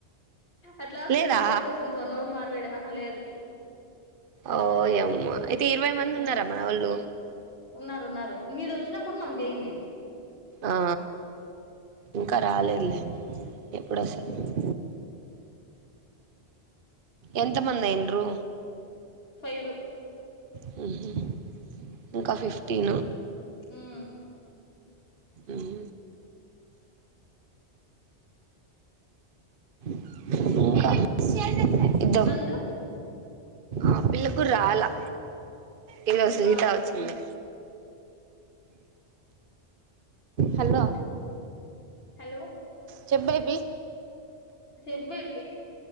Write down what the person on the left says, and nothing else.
అట్లాస
ఒకే పర్సన్ తో వన్ అవర్ మా ఆహా లేదు
మ్మ్
ఉన్నారు ఉన్నారు మీరు వచ్చినప్పుడు మాకు జేయండి
ఫైవ్
మ్మ్
నందు
ఆ
హలో
చెప్పు బేబీ